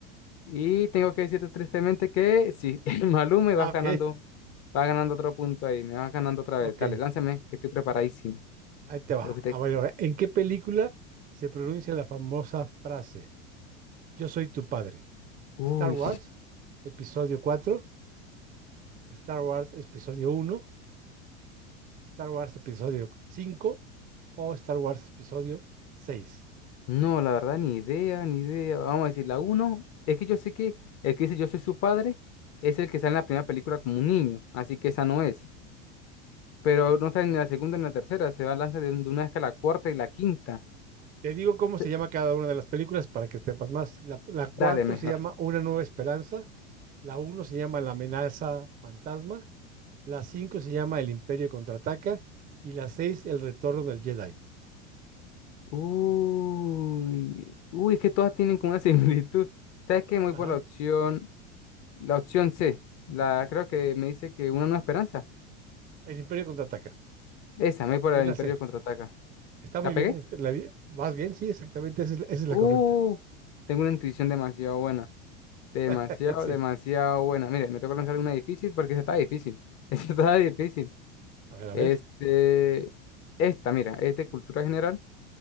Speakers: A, on the left; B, on the right.
A: Y tengo que decirte tristemente que sí, <laughs> el Maluma
B: Ah,
A: y vas
B: ok,
A: ganando, vas ganando otro punto ahí, me vas ganando otra
B: ok.
A: vez. Dale, lánzame, que estoy preparadísimo.
B: Ahí te va.
A: Creo que usted-
B: A ver, ahora, ¿en qué película se pronuncia la famosa frase Yo soy tu padre?
A: Uy.
B: Star Wars, episodio 4. Star Wars, episodio uno. Star Wars, episodio 5. o Star Wars, episodio seis.
A: No, la verdad, ni idea, ni idea. Vamos a decir, la uno, es que yo sé que el que dice yo soy su padre es el que sale en la primera película como un niño, así que esa no es. Pero no sale ni la segunda ni la tercera, se va a lanzar de, un- de una vez que la cuarta y la quinta.
B: Te digo cómo se
A: Se-
B: llama cada una de las películas para que sepas más. La, la cuatro
A: dale, mejor.
B: se llama Una Nueva Esperanza, la uno se llama La Amenaza Fantasma, la cinco se llama El Imperio Contraataca y la seis El Retorno del Jedi.
A: Uy, uy, es que todas tienen como una <laughs> similitud. ¿Sabes qué? Me Voy
B: Ajá,
A: por la opción, la opción C. La, creo que me dice que una nueva esperanza.
B: El Imperio Contraataca,
A: Esa, me voy por
B: es
A: el
B: la
A: Imperio
B: C.
A: Contraataca.
B: Está
A: ¿La
B: muy
A: pegué?
B: bien, este, la di- ¿vas bien? Sí, exactamente, esa es, la- esa es la
A: Uh,
B: correcta.
A: tengo una intuición demasiado buena. Demasiado,
B: <laughs> Sí,
A: demasiado buena. Mire, me toca lanzar una difícil porque esa está difícil. <laughs> Esa está difícil.
B: a ver, a ver.
A: Este, esta, mira, es de cultura general.